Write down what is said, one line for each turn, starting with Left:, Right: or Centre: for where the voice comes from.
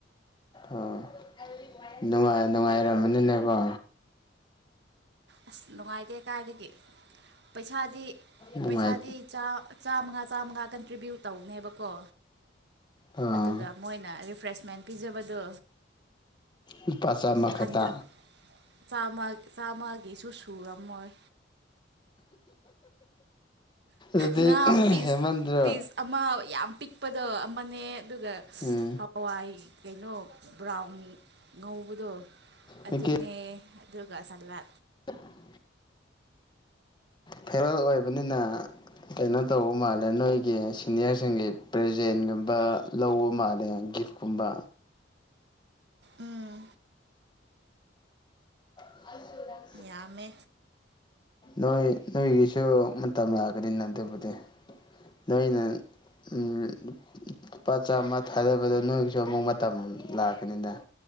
Left: ꯑꯣ ꯅꯨꯡꯉꯥꯏ ꯅꯨꯡꯉꯥꯏꯔꯝꯃꯅꯤꯅꯦꯀꯣ
Right: ꯑꯁ ꯅꯨꯡꯉꯥꯏꯇꯦ ꯀꯥꯏꯗꯒꯤ ꯄꯩꯁꯥꯗꯤ
Left: ꯅꯨꯡꯉꯥꯏ
Right: ꯄꯩꯁꯥꯗꯤ ꯆꯥ ꯆꯥꯝꯃꯉꯥ ꯆꯥꯝꯃꯉꯥ ꯀꯟꯇ꯭ꯔꯤꯕ꯭ꯌꯨꯠ ꯇꯧꯕꯅꯦꯕꯀꯣ
Left: ꯑꯥ
Right: ꯑꯗꯨꯒ ꯃꯣꯏꯅ ꯔꯤꯐ꯭ꯔꯦꯁꯃꯦꯟꯠ ꯄꯤꯖꯕꯗꯣ
Left: ꯂꯨꯄꯥ ꯆꯥꯝꯃ ꯈꯛꯇ
Right: ꯍꯟꯗ꯭ꯔꯦ ꯆꯥꯝꯃ ꯆꯥꯝꯃꯒꯤꯁꯨ ꯁꯨꯔꯝꯃꯣꯏ
Left: ꯑꯗꯨꯗꯤ
Right: ꯉꯥ ꯄꯤꯁ
Left: ꯍꯦꯟꯃꯟꯗ꯭ꯔꯣ
Right: ꯄꯤꯁ ꯑꯃ ꯌꯥꯝ ꯄꯤꯛꯄꯗꯣ ꯑꯃꯅꯦ ꯑꯗꯨꯒ
Left: ꯎꯝ
Right: ꯍꯋꯥꯏ ꯀꯩꯅꯣ ꯕ꯭ꯔꯥꯎꯟ ꯉꯧꯕꯗꯣ ꯑꯗꯨꯅꯦ
Left: ꯍꯧꯖꯤꯛꯀꯤ
Right: ꯗꯨꯒꯥ ꯁꯂꯥꯗ
Left: <inaudible> ꯐꯤꯌꯔꯋ‌ꯦꯜ ꯑꯣꯏꯕꯅꯤꯅ ꯀꯩꯅꯣ ꯇꯧꯕ ꯃꯥꯜꯂꯦ ꯅꯣꯏꯒꯤ ꯁꯤꯅꯤꯌꯔꯁꯤꯡꯒꯤ ꯄ꯭ꯔꯥꯖꯦꯟꯒꯨꯝꯕ ꯂꯧꯕ ꯃꯥꯜꯂꯦ ꯒꯤꯐ ꯈꯨꯝꯕ
Right: ꯑꯥ
Left: <inaudible>
Right: ꯌꯥꯝꯃꯦ
Left: ꯅꯣꯏ ꯅꯣꯏꯒꯤꯁꯨ ꯃꯇꯝ ꯂꯥꯛꯀꯅꯤꯅ ꯑꯗꯨꯕꯨꯗꯤ ꯅꯣꯏꯅ ꯎꯝ ꯂꯨꯄꯥ ꯆꯥꯝꯃꯥ ꯊꯥꯗꯕꯗ ꯅꯣꯏꯒꯤꯁꯨ ꯑꯃꯨꯛ ꯃꯇꯝ ꯂꯥꯛꯀꯅꯤꯅ